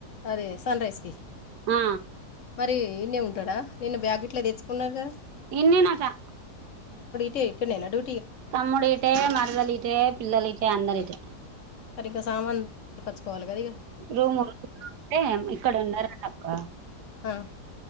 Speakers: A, on the left; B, on the right.
A: అదే సన్ రైస్కి.
B: ఆ
A: మరి ఇన్నే ఉంటాడా, నిన్నా బ్యాగ్ గిట్లా దేచ్చుకున్నారుగా.
B: ఇన్నే నటా.
A: టే ఇక్కనేనా డు
B: తమ్ముడిటే, మరదలిటే, పిల్లలిటే, అందరిటే.
A: అరి ఇంకా సామాన్ కొచ్చు కొలి గదా.
B: రూము రొండు ఉంటే ఇక్కడ ఉండారట అక్క.
A: ఆ,